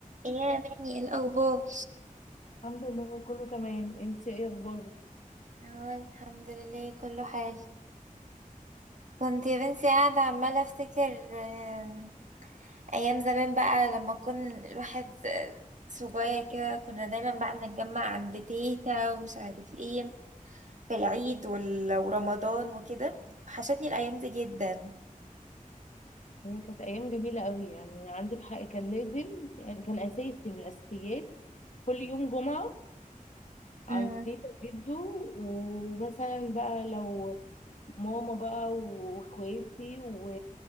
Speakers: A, on the right; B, on the left.
A: إيه يا بني إيه الأخبار
B: الحمد لله كله تمام انت ايه اخبارك
A: اه الحمد لله كله حال كنت يا بنتي قاعدة عمالة أفتكر آم، أيام زمان بقى لما كن الواحد آه، صغير كده كنا دايما بقى بنتجمع عند تيتا ومش عارف ايه في العيد وال- ورمضان وكده وحشتني الأيام دي جدا
B: هي كانت ايام جميله قوي يعني عندك حق كان لازم يعني كان اساسي من الاساسيات كل يوم جمعه عند
A: امم
B: تيتا وجده ومثلا بقى لو ماما بقى واخواتي و...